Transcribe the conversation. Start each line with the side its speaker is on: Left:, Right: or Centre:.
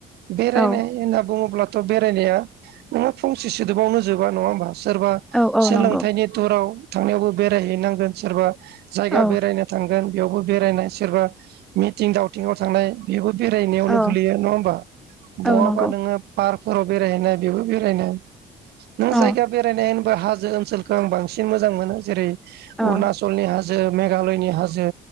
Right: बेरायनाय
Centre: औ
Right: होनना बुङोब्लाथ' बेरायनाया नोंहा फंसे सोदोबावनो जोबा नङा होमबा सोरबा
Centre: औ औ
Right: सोलोंथाइनि
Centre: नंगौ
Right: तुराव थांनायावबो बेरायहैनांगोन सोरबा जायगा
Centre: औ
Right: बेरायनो थांगोन बेयावबो बेरायनाय सोरबा मिथिं दावथिंआव थांनाय बेबो बेरायनायावनो
Centre: औ
Right: गोलैयो नङा होमबा बहाबा
Centre: औ नंगौ
Right: नोङो पार्क हाव बेरायहैनाय बेबो बेरायनाय नों
Centre: औ
Right: जायगा बेरायनाय हाजो ओनसोलखौ आं बांसिन मोजां मोनो जेरै
Centre: औ
Right: अुणचलनि हाज हाजो मेघालयनि हाजो